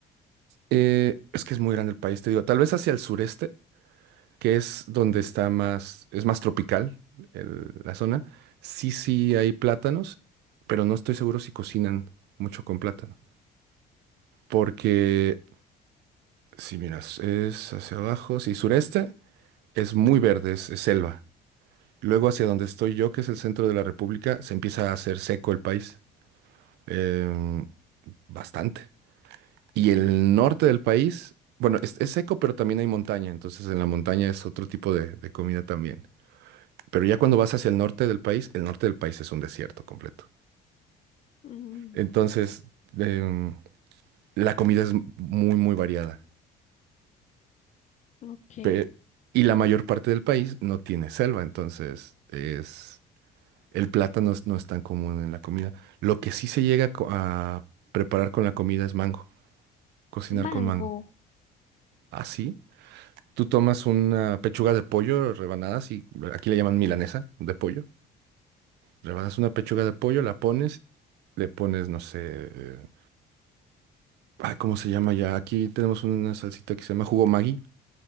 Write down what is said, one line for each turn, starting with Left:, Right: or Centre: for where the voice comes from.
Right: eh, es que es muy grande el país, te digo. Tal vez hacia el sureste, que es donde está más... Es más tropical el- la zona. Sí, sí hay plátanos, pero no estoy seguro si cocinan mucho con plátano. Porque si miras, es hacia abajo. Sí, sureste es muy verde, es es selva. Luego hacia donde estoy yo, que es el centro de la República, se empieza a hacer seco el país. em, bastante. Y el norte del país, bueno, es, es seco, pero también hay montaña. Entonces en la montaña es otro tipo de, de comida también. Pero ya cuando vas hacia el norte del país, el norte del país es un desierto completo.
Left: Mm,
Right: Entonces, em, la comida es muy, muy variada.
Left: ok.
Right: Pe- y la mayor parte del país no tiene selva, entonces es El plátano es- no es tan común en la comida. Lo que sí se llega a, co- a preparar con la comida es mango, cocinar
Left: Mango,
Right: con mango. Así, tú tomas una pechuga de pollo, rebanadas, y aquí le llaman milanesa de pollo. Rebanas una pechuga de pollo, la pones, le pones, no sé, eh, ay, ¿cómo se llama ya? Aquí tenemos una salsita que se llama jugo Maggi.